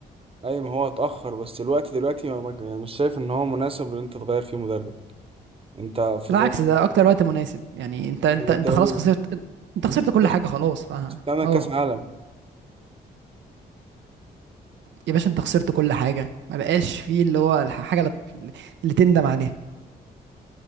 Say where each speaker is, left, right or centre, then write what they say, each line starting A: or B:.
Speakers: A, on the right; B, on the right.
A: اي ما هو اتأخر بس الوقت دلوقتي ما ما- يعني مش شايف ان هو مناسب ان انت تغير فيه مدرب انت فضلت
B: بالعكس ده اكتر وقت مناسب يعني انت انت
A: هو
B: انت
A: الدوري
B: خلاص خسرت انت
A: انت
B: خسرت
A: خسرت
B: كل حاجه خلاص ف
A: تعمل
B: اه
A: كاس عالم
B: يا باشا انت خسرت كل حاجه ما بقاش فيه اللي هو الح- الحاجه اللي اللي تندم عليها